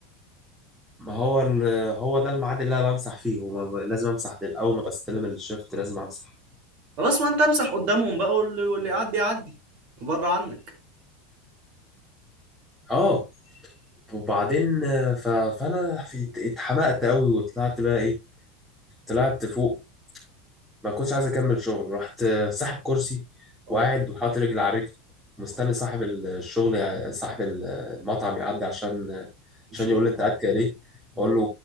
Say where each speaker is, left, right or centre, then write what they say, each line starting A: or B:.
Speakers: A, in the centre; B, on the right (about 35°).
A: ما هو إن- هو ده الميعاد اللي انا بمسح فيه هو ب- لازم امسح ده اول ما بستلم الشفت لازم امسح
B: خلاص ما انت امسح قدامهم بقى واللي واللي يعدي يعدي بره عنك
A: اه وبعدين آه، ف... فانا في... ات- اتحمقت قوي وطلعت بقى ايه طلعت فوق ما كنتش عايز اكمل شغل رحت آه، ساحب كرسي
B: اه
A: وقاعد وحاطط رجل على رجل مستني
B: اه
A: صاحب الشغل يع- صاحب المطعم يعدي عشان
B: نشوف
A: عشان يقول لي انت قاعد كده ليه
B: اه
A: اقول له